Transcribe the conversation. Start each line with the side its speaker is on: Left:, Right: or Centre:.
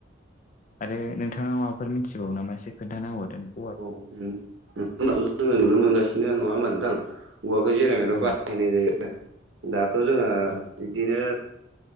Left: आरो नोंथाङा माबाफोर मिथिबावो नामा एसे खोन्थाना होबावदो।
Right: औ नोंथांनाथ' जोङो नुनो मोनगासिनो नङा होमा नोंथां औवाखौ जेराव मेराव
Left: औ
Right: बा हायनाय जायो दाथ' जोङो
Left: औ
Right: बिदिनो